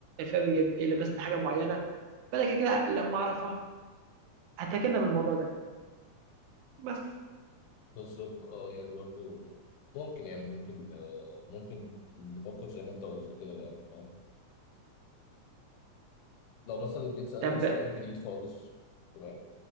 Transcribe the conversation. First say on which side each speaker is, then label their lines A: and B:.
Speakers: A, on the right; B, on the left.
A: فاهم يلب- يلبسني حاجه معينه فانا كده كده لما اعرفها اتجنب الموضوع ده بس
B: بالظبط اه يعني برضه ممكن يعني ممكن آه ممكن نفكر زي ما انت قلت كده يعني اه لو مثلا جيت سألتك
A: طب
B: سؤال جديد خالص تمام